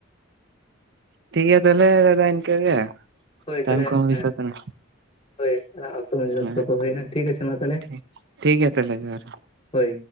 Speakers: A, on the right; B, on the left.
A: ᱴᱷᱤᱠ ᱜᱮᱭᱟ ᱛᱟᱦᱞᱮ ᱫᱟᱫᱟ ᱤᱱᱠᱟᱹᱜ ᱜᱮ
B: ᱦᱳᱭ ᱛᱟᱦᱚᱞᱮ
A: ᱴᱟᱭᱤᱢ ᱠᱚᱦᱚ ᱦᱳᱭ
B: ᱦᱮᱸ
A: ᱥᱟᱹᱛ ᱮᱱᱟ
B: ᱦᱳᱭ ᱚᱱᱟ ᱚᱠᱛᱚ ᱢᱟᱡ
A: ᱦᱮᱸ
B: ᱚᱠᱛᱚ ᱠᱚ ᱦᱩᱭᱱᱟ ᱴᱷᱤᱠ ᱟᱪᱷᱮ ᱢᱟ ᱛᱟᱦᱚᱞᱮ
A: ᱴᱷᱤᱠ ᱴᱷᱤᱠ ᱜᱮᱭᱟ ᱛᱟᱦᱚᱞᱮ ᱡᱚᱦᱟᱨ
B: ᱦᱳᱭ